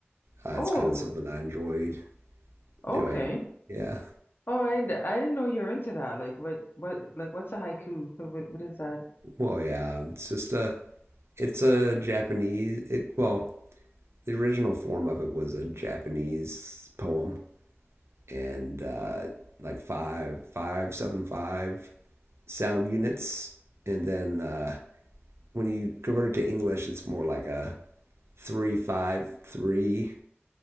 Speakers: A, on the right; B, on the left.
A: Uh,
B: Oh,
A: it's kind of something I enjoy
B: okay.
A: doing. Yeah.
B: Oh, I, d- I didn't know you're into that. Like what what like what's a haiku? What, what what is that?
A: Well, yeah. It's just a. It's a Japanese. It, well, the original form of it was a Japanese poem and uh, like five, five, seven, five sound units. And then uh, when you convert it to English, it's more like a three, five, three.